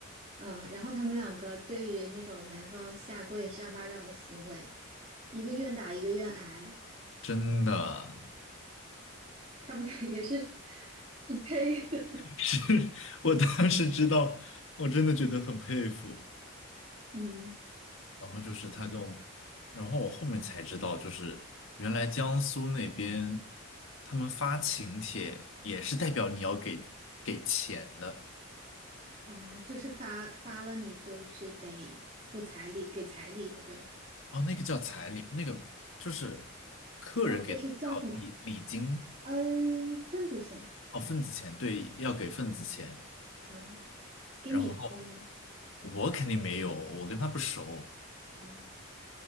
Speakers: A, on the right; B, on the left.
A: 嗯，然后他们两个对于那种男方下跪扇巴掌的行为，一个愿打一个愿挨，
B: 真的
A: 他们俩也是 <laughs> 匹配的，
B: <laughs> 是，我当时知道，我真的觉得很佩服。
A: 嗯。
B: 然后就是他跟我，然后我后面才知道，就是原来江苏那边他们发请帖也是代表你要给给钱的
A: 啊、就是发发了你就是得付彩礼，给彩礼的，对吧？
B: 哦，那个叫彩礼，那个就是客人给的叫礼礼金
A: 哦，不是叫什么？嗯，份子钱
B: 哦，份子钱，对，要给份子钱。
A: 啊、给你发了吗？
B: 然后我肯定没有，我跟他不熟，
A: 啊、